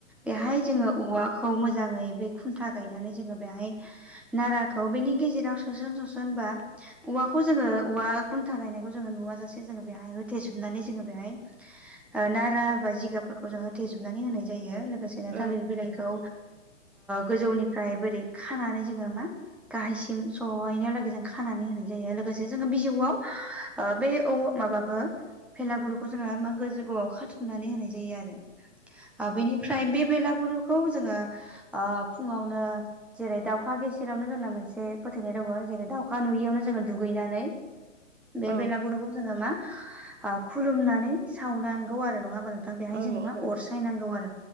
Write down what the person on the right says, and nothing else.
औ
औ
औ